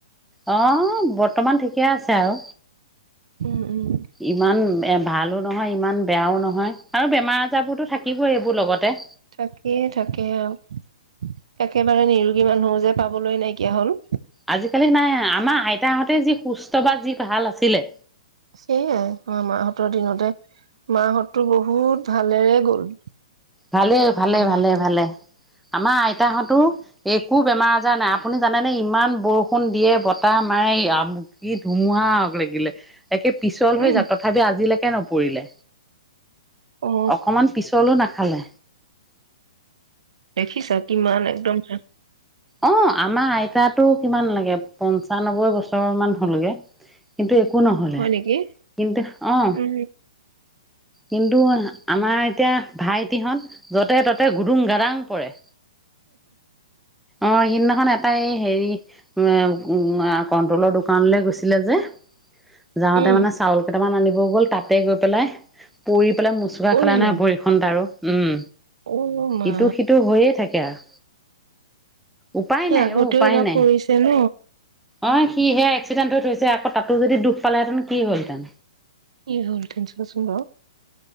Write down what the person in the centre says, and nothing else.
আহ বৰ্তমান ঠিকে আছে আৰু
ইমান এ ভালো নহয় ইমান বেয়াও নহয় আৰু বেমাৰ আজাৰ বোৰতো থাকিবই এইবোৰ লগতে
আজিকালি নাই আমাৰ আইতাহঁতে যি সুস্থ বা যি ভাল আছিলে
ভালে ভালে
ভালে
ভালে আমাৰ আইতাহঁতো একো বেমাৰ আজাৰ নাই আপুনি জানেনেে ইমান বৰষুণ দিয়ে বতাহ মাৰে আম ধুমুহা লাগিলে একে পিছল হৈ
যাওঁ তথাপি আজিলৈকে এ নপৰিলে
অকমান পিছলো নাখ খালে
অঁ আমাৰ আইতাতো কিমান লাগে পঞ্চানবৈ বছৰ মান হ'লগে কিন্তু এক একো নহ'লে
কিন্তু অ
কিন্তু আমাৰ এতিয়া ভাইটিহঁত যতে ততে গুদুং গাাদাং পৰে অঁ সিদিনাখন এটাই হেৰি উ উ কণ্ট্ৰলৰ দোকানলৈ গৈছিলে যে যাওঁতে
মানে চাউল কটামান আনিব গ'ল তাতে গৈ পেলাই পৰি মোচোকা
খানে পৰি আৰু উম
ইটো সিটো হৈয়ে থাকে আৰু উপায়
নাই
অ উপায়
নাই
অ সিহে চিদেন্ত টো হৈছে আকৌ তাতো যদি দুখ পালেহেঁতেন কি হলহেতেন